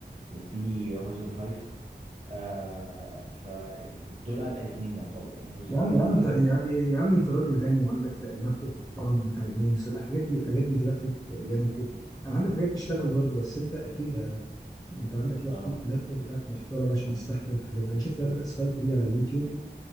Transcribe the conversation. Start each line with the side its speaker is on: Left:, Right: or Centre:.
Right: وفي هورزون 5 آه فدول اتقل اتنين يعتبر يعني هورزون
Left: يا عم
Right: 5
Left: يا
Right: دي
Left: عم
Right: تقيله
Left: انت
Right: جدا
Left: يا, يا عم انت راجل غني وعندك لا- لابتوب محترم بتاع جيمز لا، الحاجات دي الحاجات دي جرافيك جامد جدا انا عندي الحاجات دي تشتغل برضه بس انت اكيد انت عندك لابتوب
Right: اه
Left: لابتوب بتاعك محترم عشان يستحمل الحاجات دي انا شفت لعبه اسفلت دي على اليوتيوب